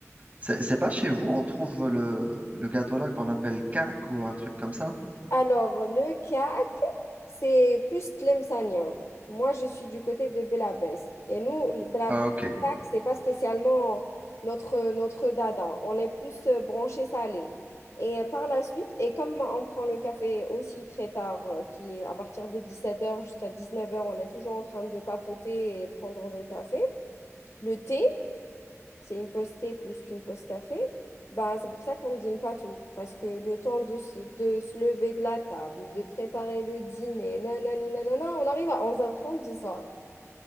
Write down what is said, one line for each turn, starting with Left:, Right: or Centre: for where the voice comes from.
Right: C'est c'est pas chez vous, on trouve le, le gâteau là qu'on appelle cac ou un truc comme ça?
Left: Alors, le cas c'est plus Tlemcenien. Moi, je suis du côté de Belabès. Et nous, le Belabès,
Right: Ah, ok,
Left: tac, c'est pas spécialement notre, notre dada. On est plus euh, branché salé. Et par la suite, et comme on prend le café aussi très tard, euh, qui est à partir de 17h jusqu'à 19h, on est toujours en train de papoter et prendre le café, le thé c'est une pause thé plus qu'une pause café, ben, c'est pour ça qu'on ne dîne pas tout. Parce que le temps de se, de se lever de la table, de préparer le dîner, nanani, nanana, on arrive à onze heures trente du soir.